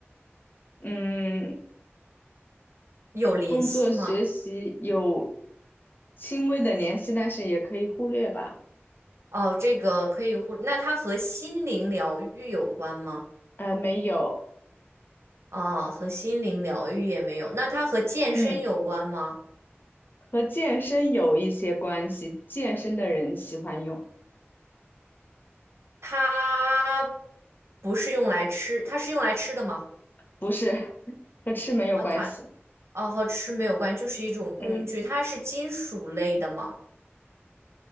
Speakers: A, on the left; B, on the right.
A: 嗯，
B: 有联系吗？
A: 工作学习有轻微的联系，但是也可以忽略吧。
B: 哦，这个可以互，那它和心灵疗愈有关吗？
A: 呃，没有。
B: 啊、和心灵疗愈也没有。那它和健身有关吗？
A: 嗯。和健身有一些关系，健身的人喜欢用，
B: 它不是用来吃，它是用来吃的吗？
A: 不是 <laughs>，和吃没有关系。
B: 啊，它。哦，和吃没有关，就是一种工具，
A: 嗯，
B: 它是金属类的吗？